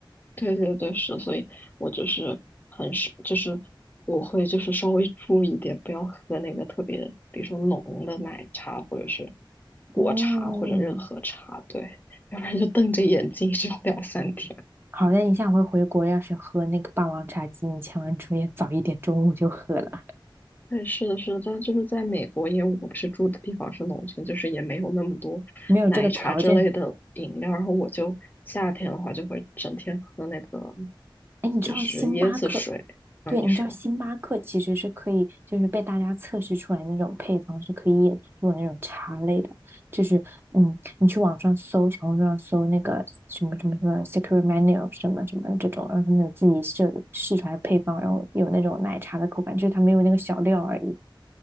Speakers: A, on the left; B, on the right.
A: 对对对，是，所以我就是很是，就是我会就是稍微注意一点，不要喝那个特别，比如说浓的奶茶或者是果茶或者任何茶，
B: 嗯，
A: 对，要不然就瞪着眼睛有两三天。
B: 好的，你下回回国要是喝那个霸王茶姬，你千万注意早一点，中午就喝了，
A: 对，是的，是的，但就是在美国，因为我不是住的地方是农村，就是也没有那么多奶茶之类的饮料，
B: 没有这个条件。
A: 然后我就夏天的话就会整天喝那个
B: 哎，你知道星巴克？
A: 就是椰子水。啊，
B: 对，
A: 你说。
B: 你知道星巴克其实是可以，就是被大家测试出来那种配方是可以也做那种茶类的，就是嗯，你去网上搜，小红书上搜那个什么什么什么 Secret m a n u 什么什么这种，然后他们有自己设试出来配方，然后有那种奶茶的口感，就是它没有那个小料而已。